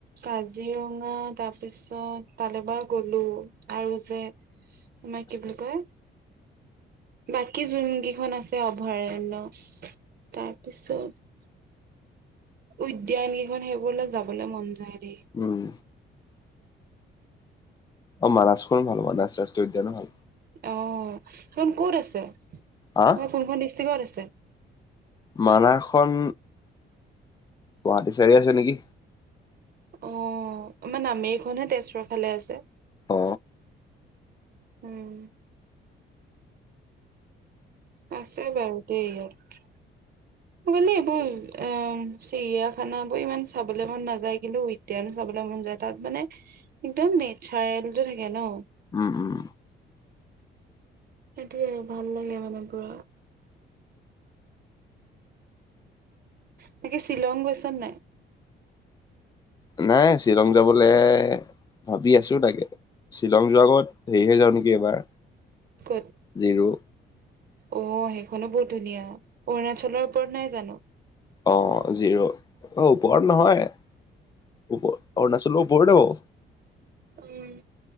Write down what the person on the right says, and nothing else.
কাজিৰঙা তাৰপিছত তালৈ বা গ'লো আৰু যে, মাই কি বুলি কয়? বাকী যোন কিখন আছে অভয়াৰণ্য। তাৰপিছত উদ্যান কিখন সেইবোৰলে যাবলে মন যায় দেই।
অঁ, সেইখন কত আছে?
কোনখন ডিষ্ট্ৰিকত আছে?
অ, নামেৰি খনহে তেজপুৰ ফালে আছে।
উম। আছে বাৰু দেই ইয়াত। বোলে এইবোৰ এ চিৰিয়াখানা বোৰ ইমান চাবলৈ মন নাযায় কিন্তু উই দ্যান চাবলৈ মন যায় তাত মানে একদম নেচাৰেলটো থাকে ন
সেইটোয়ে ভাল লাগে মানে পোৰা বাকী শ্বিলং গৈছা নে নাই
চে'ত
অ' সেইখনো বহুত ধুনীয়া অৰুণাচলৰ ওপৰত নাই জানো
উম